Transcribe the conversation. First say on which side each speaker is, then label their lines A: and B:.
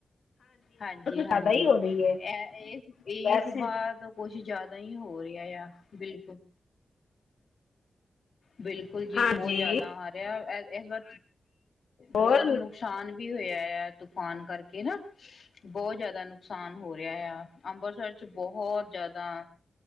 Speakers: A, on the left; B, on the left.
A: ਹਾਂਜੀ-ਹਾਂਜੀ।
B: ਜ਼ਿਆਦਾ ਹੀ ਹੋ ਰਹੀ ਹੈ
A: ਐਹ ਇਸ ਇਸ
B: ਵੈਸੇ
A: ਬਾਰ ਤਾ ਕੁਛ ਜ਼ਾਦਾ ਈ ਹੋ ਰਿਆ ਆ ਬਿਲਕੁਲ ਬਿਲਕੁਲ ਜੀ
B: ਹਾਂਜੀ
A: ਬੋਹ ਜਾਦਾ ਆ ਰਿਆ ਇਸ ਵਾਰ
B: ਹੋਰ
A: ਬੋਤ ਨੁਕ ਸਾਨ ਵੀ ਹੋਇਆ ਆ ਤੂਫਾਨ ਕਰਕੇ ਨਾ। ਬੋਹ ਜ਼ਾਦਾ ਨੁਕਸਾਨ ਹੋ ਰਿਆ ਆ ਅੰਬਰਸਰ ਚ ਬੋਹਤ ਜ਼ਾਦਾ